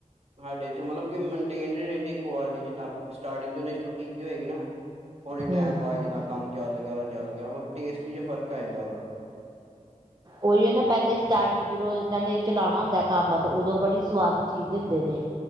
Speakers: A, on the right; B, on the right.
A: ਸਾਡੇ ਇੱਥੇ ਮਤਲਬ ਕਿ ਮੇਨਟੇਨ ਰੈਂਦੀ ਕੁਆਲਿਟੀ ਜਿੱਦਾਂ, ਸਟਾਰਟਿੰਗ 'ਚ ਉਂਨੇ ਸ਼ੁਰੂ ਕੀਤੀ ਹੋਏਗੀ ਨਾ। ਹੌਲੀ
B: ਹੂੰ
A: ਟੈਮ ਪਾ
B: ਹੂੰ
A: ਜਿੰਨਾ ਕੰਮ ਚੱਲ ਗੇਆ ਤਾਂ ਚੱਲ ਗੇਆ, ਹੋਰ ਟੇਸਟੀ ਚ ਫਰਕ ਆ ਜਾਂਦਾ ਵਾ।
B: ਓਈ ਏ ਨਾ, ਪੈਲੇ ਸਟਾਰਟ ਜਦੋਂ ਇੰਨਾਂ ਨੇ ਚਲਾਣਾ ਹੁੰਦਾ ਕੰਮ ਤਾਂ ਉਦੋਂ ਬੜੀ ਸਵਾਦ ਚੀਜ਼ ਦਿੰਦੇ ਨੇ।